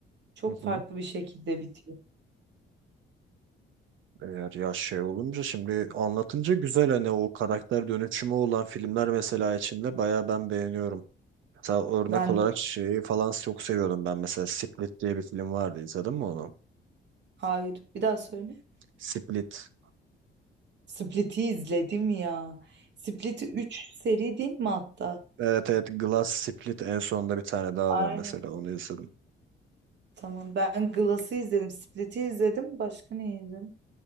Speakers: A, on the right; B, on the right.
A: çok
B: Hı hı.
A: farklı bir şekilde bitiyor.
B: Eğer ya şey olunca şimdi anlatınca güzel hani o karakter dönüşümü olan filmler mesela içinde bayağı ben beğeniyorum. Mesela örnek
A: Ben
B: olarak
A: de.
B: şeyi falan çok seviyordum ben mesela Split diye bir film vardı izledin mi onu?
A: Hayır. Bir daha söyle.
B: Split.
A: Split'i izledim ya. Split'i 3 seri değil mi hatta?
B: Evet evet Glass Split en sonunda bir tane daha
A: Aynen.
B: var mesela onu izledim.
A: Tamam. Ben Glass'ı izledim. Split'i izledim. Başka ne izledim?